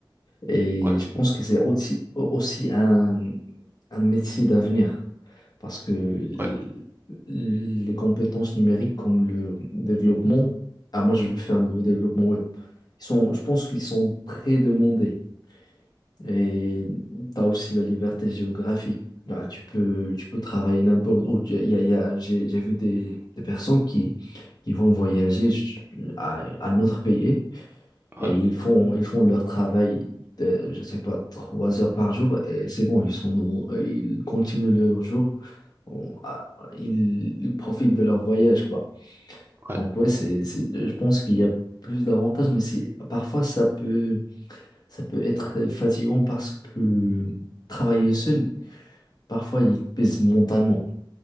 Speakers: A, on the left; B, on the right.
A: Et
B: Ouais,
A: je pense que c'est aussi, aussi un, un métier d'avenir. Parce que l-
B: ouais,
A: les compétences numériques comme le développement, ah moi je veux faire le développement web, ils sont, je pense qu'ils sont très demandés. Et tu as aussi la liberté géographique. Là, tu peux, tu peux travailler n'importe où. Tu- il y a- il y a- j'ai, j'ai vu des, des personnes qui, qui vont voyager à à un autre pays
B: ouais,
A: et ils font, ils font leur travail. De, je sais pas, trois heures par jour, et c'est bon, ils sont dans- ils continuent leur jour on- ah, ils, ils profitent de leur voyage, quoi.
B: ouais,
A: Donc ouais, c'est, c'est- je pense qu'il y a plus d'avantages, mais c'est, parfois ça peut, ça peut être fatigant parce que travailler seul, parfois il pèse mentalement.